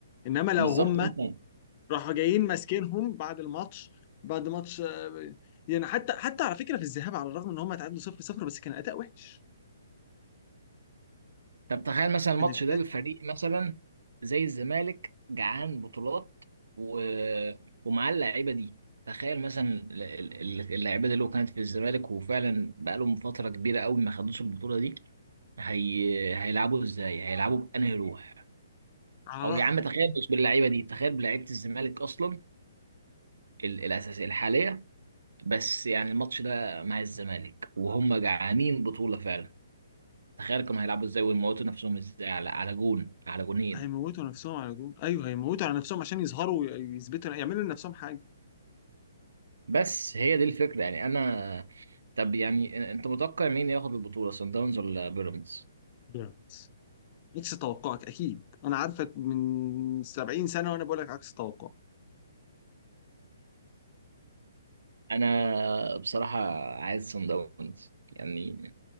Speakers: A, on the left; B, on the right.
A: انما لو
B: بالظبط
A: هم
B: انت
A: راحوا جايين ماسكينهم بعد الماتش بعد ماتش آه، يعني حتى حتى على فكره في الذهاب على الرغم ان هم اتعادلوا 0 0 بس كان اداء وحش
B: طب تخيل مثلا الماتش
A: كان الاداء
B: ده الفريق مثلا زي الزمالك جعان بطولات و... ومعاه اللعيبه دي تخيل مثلا ال- ال- اللعيبه دي لو كانت في الزمالك وفعلا بقالهم فتره كبيره قوي ما خدوش البطوله دي هي... هيلعبوا ازاي هيلعبوا بأنهي روح
A: على
B: او
A: رايك
B: يا عم تخيل مش باللعيبه دي تخيل بلعيبه الزمالك اصلا ال... الاساسيه الحاليه بس يعني الماتش ده مع الزمالك وهم جعانين بطوله فعلا تخيل كانوا هيلعبوا ازاي ويموتوا نفسهم ازاي على على جون على جونين
A: هيموتوا نفسهم على جول ايوه هيموتوا على نفسهم عشان يظهروا ويثبتوا يعملوا لنفسهم حاجه
B: بس هي دي الفكرة يعني أنا طب يعني أنت متوقع مين ياخد البطولة صن داونز ولا بيراميدز؟
A: بيراميدز عكس توقعك اكيد انا عارفك من 70 سنه وانا بقول لك عكس توقعك
B: أنا بصراحة عايز صن داونز يعني